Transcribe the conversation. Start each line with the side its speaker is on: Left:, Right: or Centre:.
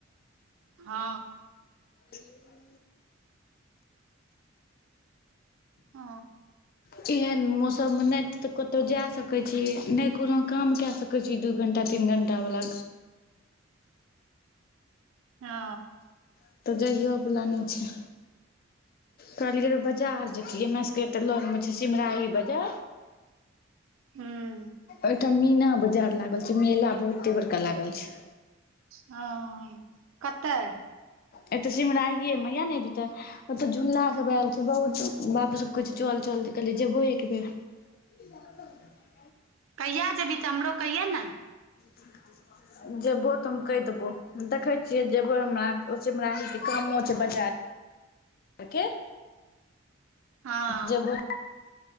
Right: हा
Left: थीमा
Right: ओ
Left: चैया एहेन मौसम मे ने ते कतो जाय सके छी ने कोनो काम के सके कहे छी दू घंटा तीन घंटा बला
Right: हा
Left: कतो जाइयो वाला नेह छे कहलिये बाजार जतिये हमरा सभ के आतेक लग मे छे सिमराही बाजार
Right: ह्म
Left: आठम मीना बाजार लागल छे मेला बहुते बड़का लागल छे
Right: हाँ कता या
Left: एत सिमराहिये मे या ने येभी त ओता झूला सभ आयल छे बहुत बापू सब कहे छे चल चल कहले जेबो एक बेेर सब
Right: कहिया जेबीह त हमरो कहिये ने
Left: का जेबो त हम केह देबो देखे छिये जेबो हमरा सिमराही के कामो छे बाजार आ के
Right: हँ
Left: जेबो